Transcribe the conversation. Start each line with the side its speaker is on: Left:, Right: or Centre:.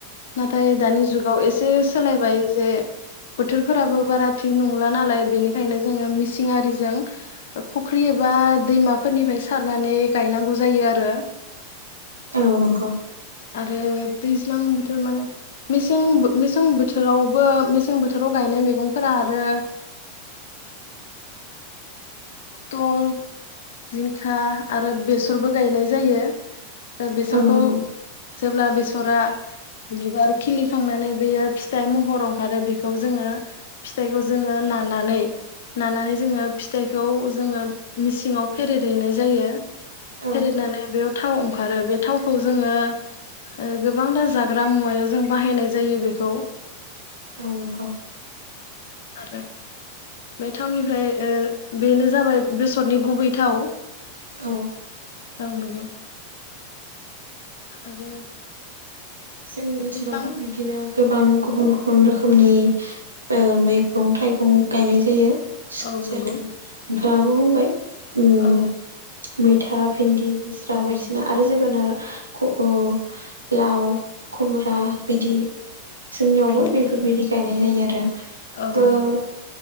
Left: नाथाय दानि जुगाव ए से सोलायबाय जे बोथोरफोराबो बारा थिग नंला नालाय बेनिखायनो जोङो मिसिंआरिजों फुख्रि एबा दैमाफोरनिफ्राय सारनानै गायनांगौ जायो आरो
Right: औ नंगौ
Left: आरो दैज्लां बोथोर माने मेसें मेसें बोथोरावबो मेसें बोथोराव गायनाय मैगंफोरा आरो उथल जिंखा आरो बेसरबो गायनाय जायो बेसरखौ
Right: औ नंगौ
Left: जेब्ला बेस फोरा बिबार खिलिखांनानै बेयो फिथाइ महर ओंखारो बेखौ जोङो फिथाइखौ जोङो नानानै नानानै जोङो फिथखौ जोङो मिसिङाव फेरेदहैनाय जायो
Right: औ
Left: फेरेदनानै बेयाव थाव ओंखारो बे थावखौ जोङो ओ गोबां थार जाग्रा मुवायाव जों बाहायनाय जायो बेखौ
Right: औ नंगौ
Left: आरो बे थावनिफ्राय ओ बेनो जाबाय बेसरनि गुबै थाव
Right: औ
Left: औ नोंगौ आरो
Right: जोंनि ओनसोलावबो
Left: दैज्लां
Right: बिबदिनो गोबां गुबुन गुबुन रोखोमनि ओ मैगं थाइगं गायनाय जायो
Left: औ
Right: जेरै
Left: नंगौ
Right: नोंथाङाबो बुंबाय उम
Left: औ
Right: मैथा, भिन्दि, गोस्रा
Left: औ
Right: बायदिसिना
Left: नंगौ
Right: आरो जोगोनार। खु ओ लाव खुमब्रा
Left: औ
Right: बिदि जोंनियावबो
Left: गायनाय
Right: बेफोरबायदि गायनाय जायो आरो
Left: औ नंगौ।
Right: ओ